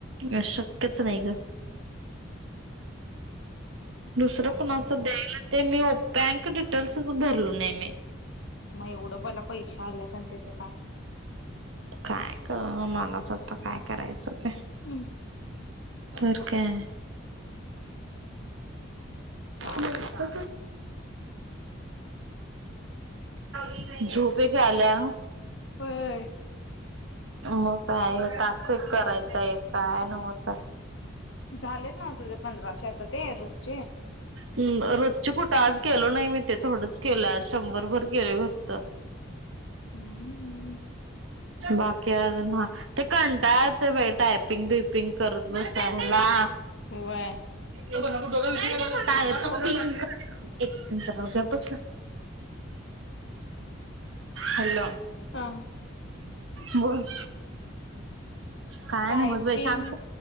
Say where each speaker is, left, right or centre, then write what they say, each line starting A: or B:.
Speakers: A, on the right; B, on the left.
A: अ शक्यच नाही ग. दुसरं
B: काय
A: कणाचं
B: माहित
A: द्यायला ते मी बँक डिटेल्सच भरलो नाही मी.
B: मग एवढं बला पैसे आल्यात आणि त्याचं काय.
A: काय क मनास आता काय करायचं ते.
B: हम्म
A: कर काय.
B: चालायचं
A: म. ह झोपे का आला.
B: वर.
A: मग काय टस्क करायचा आहेत काय नवच.
B: झालेत नाव तुझ्या पंधराशे आता ते रूसचे.
A: म रोजचे कुठं आज केल नाही मी ते थोडंच केलं आज शंभरभर केलं फक्त.
B: हम् हम्म.
A: बाकी अजून ह ते कंटाय ते बाई टायपिंग बिपिंग करत बसायला.
B: व्हय
A: ो <unintelligible>
B: हो
A: एकदचा रड. हॅलो.
B: हा
A: बोल काय
B: टायपिंग
A: ना मजई शांत